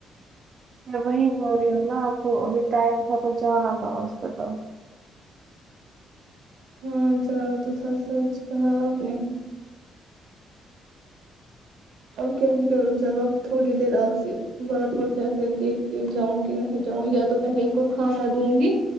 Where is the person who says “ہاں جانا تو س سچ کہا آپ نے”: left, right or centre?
Right